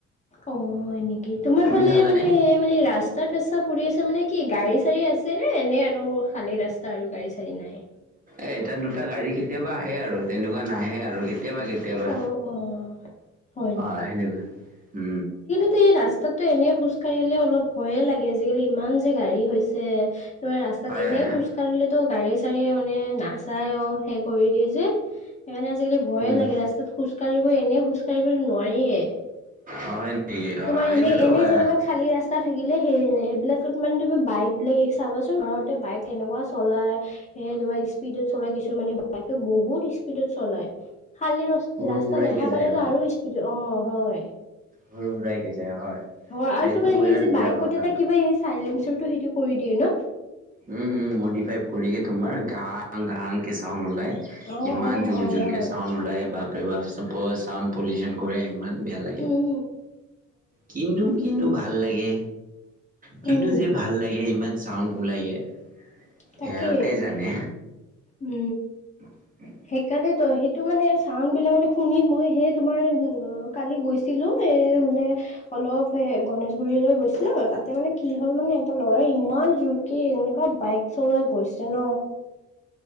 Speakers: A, on the left; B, on the right.
A: অ', হয় নেকি, তোমাৰ
B: তুমি
A: ফালে
B: খালানে?
A: মানে মানে ৰাচ টাত আছা ফুৰি আছা মানে কি, গাড়ী চাড়ী আছেনে, এনে আৰু খালী ৰাস্তা আৰু গাড়ী চাড়ী নাই।
B: এ, এটা দুটা গাড়ী কেতিয়াবা আহে আৰু, তেনেকুৱা নাহে আৰু কেতিয়াবা কেত তিয়াবা
A: অ অ হয়
B: অ', সেনেকুৱা উ।
A: এ, ৰাস্তাটো এনেই খোজ কাঢ়িলে অলপ ভয়ে লাগে, আজিকালি ইমান যে গাড়ী হৈছে। তোৱে ৰাস্তাত
B: হয়
A: এনেই
B: হয়
A: খোজ কাঢ়িলেতো গাড়ী চাৰিয়ে মানে নাচায়ৱ, সেই কৰি দিয়ে যে সেইকাৰণে আজিকালি ভয়ে
B: উম
A: লাগে ৰাস্তাত খোজকাঢ়িব, এনে খোজ কাঢ়িবলৈ নোৱাৰিয়ে।
B: অ হয় নেকি অ
A: তোমাৰ
B: সেইটোতো
A: এনে এনেই
B: হয়
A: যেনিবা খালী ৰাচ তা থাকিলে সেই সেইবিলাকত মানে তুমি বাইক বিলাকে চাবাচোন, ঘৰত তে বাইক কেনেকুৱা চলায়। হে তোমাৰ স্পীডত চলাই কিছুমানে বাইকটো বহুত স্পীডত চলাই। খালী ৰচ
B: সুৰ
A: ৰাস্তা
B: সুৰাইকে
A: দেখা
B: যায়
A: পালেতো
B: হয়
A: আৰু স্পীড অ', হয়।
B: হুৰ হুৰাইকে যায় অ', হয়।
A: হয়,
B: সেইটো
A: আৰু তোমাৰ
B: বিৰাট
A: সেই যে
B: বেয়া
A: বাইকত
B: কথা
A: এটা কিবা এই চাইলেঞ্চাৰটো সেইটো কৰি দিয়ে ন?
B: উ, উ, মডিফাই কৰিকে তোমাৰ ঘাং ঘাং কে চাউন্ড ওলায়।
A: অ',
B: ইমান
A: অ',
B: জোৰ
A: হয়,
B: জোৰকে
A: হয়।
B: চাউণ্ড ওলায়, বাপৰে বাপ বৰ চাউণ্ড পলিউচন কৰে ইমান বেয়া লাগে।
A: উ।
B: কিনো কিনো ভাল লাগে? কিনো
A: উম,
B: যে ভাল লাগে, ইমান চাউণ্ড ওলাইগে। সিহঁতে
A: তাকে,
B: জানে
A: উ।
B: <inaudible>
A: সেইকাৰণে ত, সেইটো মানে চাউণ্ড বিলাক মানে শুনি মই হে তোমাৰ কালি গৈছি ছিলো এ, মানে। অলপ এ গনেশগুৰিলৈৈ গৈছিলো তাতে মানে কি হ'ল মানে এটা ল'ৰাই ইমান জোৰ কে এনেকুৱা বাইক চলাই গৈছে ন,